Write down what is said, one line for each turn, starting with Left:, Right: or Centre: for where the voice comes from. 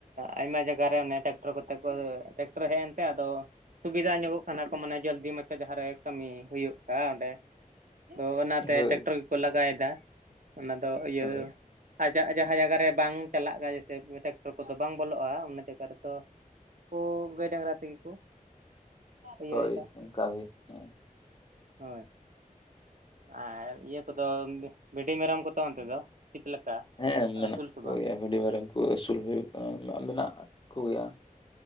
Right: ᱟᱭᱢᱟ ᱡᱟᱜᱟ ᱨᱮ ᱚᱱᱮ ᱴᱨᱟᱠᱴᱚᱨ ᱠᱚᱛᱮ ᱠᱚ ᱛᱮ ᱴᱚᱨ ᱦᱮᱡᱮᱱ ᱛᱮ ᱟᱫᱚ ᱥᱩᱵᱤᱫᱟ ᱧᱚᱜᱚᱜ ᱠᱟᱱᱟ ᱠᱚ ᱢᱟᱱᱮ ᱡᱚᱞᱫᱤ ᱢᱟᱪᱷᱟ ᱡᱟᱦᱟᱸᱨᱮ ᱠᱟᱹᱢᱤ ᱦᱩᱭᱩᱜᱼᱟ ᱚᱸᱰᱮ ᱛᱚ ᱚᱱᱟᱛᱮ
Left: ᱦᱳᱭ
Right: ᱴᱟᱠᱴᱚᱨ ᱜᱮᱠᱚ ᱞᱟᱜᱟᱭᱫᱟ ᱚᱱᱟ ᱫᱚ ᱤᱭᱟᱹ
Left: ᱦᱳᱭ
Right: ᱟᱡᱟᱜ ᱡᱟᱦᱟᱸ ᱡᱟᱭᱜᱟ ᱨᱮ ᱵᱟᱝ ᱪᱟᱞᱟᱜ ᱠᱟᱱᱟ ᱡᱮᱭᱥᱮ ᱴᱨᱟᱠᱴᱚᱨ ᱠᱚᱫᱚ ᱵᱟᱝ ᱵᱚᱞᱚᱜᱼᱟ, ᱚᱱᱟ ᱡᱟᱭᱜᱟ ᱨᱮᱫᱚ ᱠᱚ ᱜᱟᱹᱭᱼᱰᱟᱝᱨᱟ ᱛᱮᱜᱮ ᱠᱚ ᱤᱭᱟᱹᱭ
Left: ᱦᱳᱭ
Right: ᱫᱟ
Left: ᱚᱱᱠᱟ ᱜᱮ ᱦᱮᱸ
Right: ᱦᱳᱭ᱾ ᱟᱨ ᱤᱭᱟᱹ ᱠᱚᱫᱚ ᱵᱷᱤᱰᱤ ᱢᱮᱨᱚᱢ ᱠᱚᱫᱚ ᱚᱱᱛᱮ ᱫᱚ ᱪᱮᱫ ᱞᱮᱠᱟ
Left: ᱦᱮᱸ ᱢᱮᱱᱟᱜ
Right: ᱟᱹᱥᱩᱞ ᱥᱮ
Left: ᱠᱚᱜᱮᱭᱟ
Right: ᱵᱟᱝ?
Left: ᱵᱷᱤᱰᱤ ᱢᱮᱨᱚᱢ ᱠᱚ ᱟᱹᱥᱩᱞ ᱦᱩᱭᱩᱜ ᱠᱟᱱᱟ ᱢᱮᱱᱟᱜ ᱠᱚᱜᱮᱭᱟ᱾